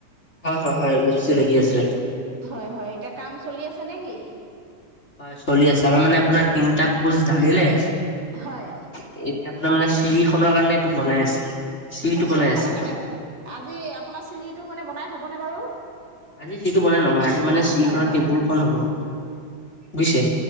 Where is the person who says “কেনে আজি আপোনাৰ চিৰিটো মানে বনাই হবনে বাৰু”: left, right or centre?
Right